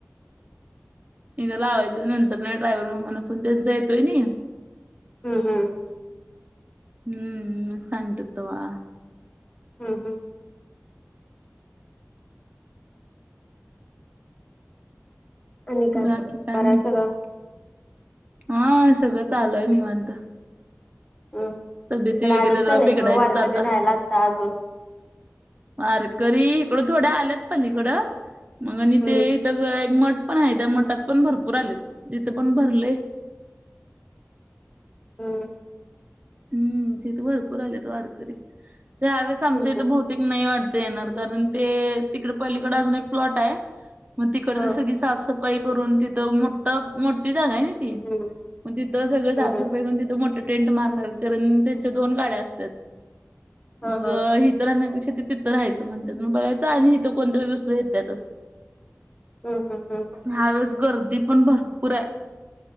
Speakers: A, on the right (about 30°); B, on the left (about 20°).
A: <unintelligible> इथ लावायचं नंतर ना ड्रायव्हर माला फोन त्यांचा येतोय नाही.
B: हम्म हम्म.
A: हम्म हम्म सांगतात तवा.
B: हम्म हम्म. आणि
A: बाकी
B: मग
A: काय
B: बरं
A: म्हणतीस
B: आहे सगळं
A: आ सगळं चालुय निवांत.
B: अम्म तिकड
A: तब्येती वगैरे
B: आलेच
A: जरा
B: का नाहीत
A: बिघडायचीच
B: म वारकरी
A: आता
B: राहयला असता अजून.
A: वारकरी इकडं थोड आल्यात पलीकडं मंगआणि
B: हम्म
A: ते ते ग एक मट पण हाय त्या मटात पण भरपूर आलेत तिथ पण भरलय.
B: हम्म.
A: अम्म तिथ भरपूर आल्यात वारकरी यावेळेस आमच्या
B: हम्म
A: इथे
B: हम्म
A: भुत तेक नाही वाढते येणार कारण ते तिकडे पहिलीकडे अजून एक प्लॉट हाय. म तिकडची
B: हा
A: सगळी साफसफाई करून तिथ मोठ्ठ मोठ्ठी जागा हाय नी. ती
B: हम्म
A: म तिथ सगळं
B: हम्म
A: साफसफाई
B: हम्म
A: करून तिथं मोठ टेंट मारणार. कारण त्यांच्या दोन गाड्या असत्यात
B: हा
A: मग
B: हा
A: अ ही इतरांना कशे तीथ राहायचं म्हणात्यात म बाळायच आणि हित कोणतरी दुसरी होत्यातच.
B: हम्म हम्म हम्म.
A: ह्या वेळेस गर्दी पण भरपूर अय.